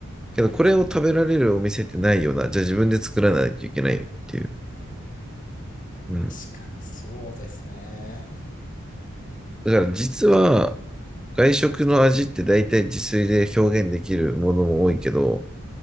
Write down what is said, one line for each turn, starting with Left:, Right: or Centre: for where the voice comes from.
Centre: けど、これを食べられるお店ってないような。じゃあ自分で作らないといけないっていう。うん。
Left: 確かに、そうですね。
Centre: だから実は、外食の味って大体自炊で表現できるものも多いけど、